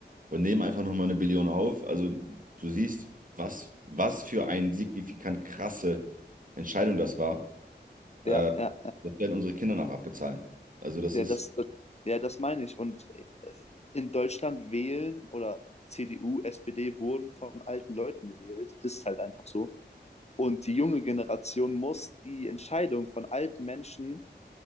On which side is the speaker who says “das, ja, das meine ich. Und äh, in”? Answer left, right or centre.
Left